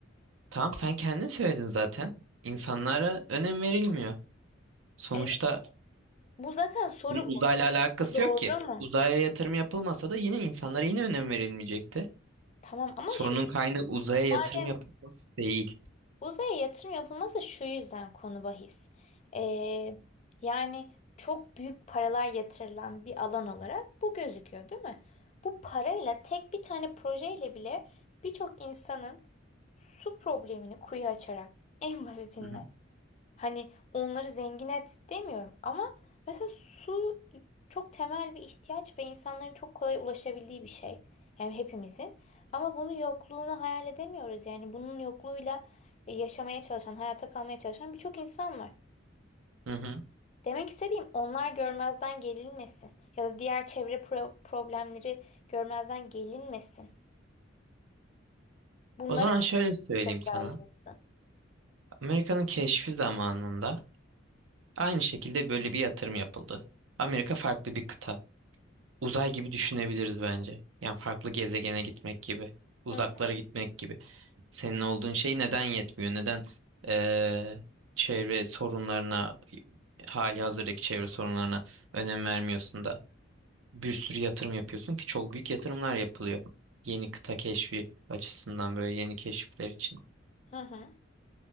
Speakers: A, on the right; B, on the left.
A: Tamam sen kendin söyledin zaten. İnsanlara önem verilmiyor. Sonuçta
B: Evet. Bu zaten soru
A: Bunun uzayla
B: bu.
A: alakası
B: Doğru
A: yok ki.
B: mu?
A: Uzaya yatırım yapılmasa da yine insanlara yine önem verilmeyecekti.
B: Tamam ama
A: Sorunun
B: şu
A: kaynağı uzaya yatırım
B: zaten
A: yapılması değil.
B: uzaya yatırım yapılması şu yüzden konu bahis. Ee, yani çok büyük paralar yatırılan bir alan olarak bu gözüküyor değil mi? Bu parayla tek bir tane projeyle bile birçok insanın su problemini kuyu açarak en basitinden
A: Hı hı.
B: Hani onları zengin et demiyorum ama mesela su çok temel bir ihtiyaç ve insanların çok kolay ulaşabildiği bir şey. Yani hepimizin. Ama bunun yokluğunu hayal edemiyoruz. Yani bunun yokluğuyla e, yaşamaya çalışan, hayata kalmaya çalışan birçok insan var.
A: Hı hı.
B: Demek istediğim onlar görmezden gelinmesin. Ya da diğer çevre pro- problemleri görmezden gelinmesin. Bunlara
A: O zaman şöyle söyleyeyim
B: çok
A: sana.
B: ayrılsın.
A: Amerika'nın keşfi zamanında Aynı şekilde böyle bir yatırım yapıldı. Amerika farklı bir kıta. Uzay gibi düşünebiliriz bence. Yani farklı gezegene gitmek gibi. Uzaklara
B: Hı hı.
A: gitmek gibi. Senin olduğun şey neden yetmiyor? Neden eee, çevre sorunlarına, hali hazırdaki çevre sorunlarına önem vermiyorsun da bir sürü yatırım yapıyorsun ki çok büyük yatırımlar yapılıyor. Yeni kıta keşfi açısından böyle yeni keşifler için.
B: hı hı.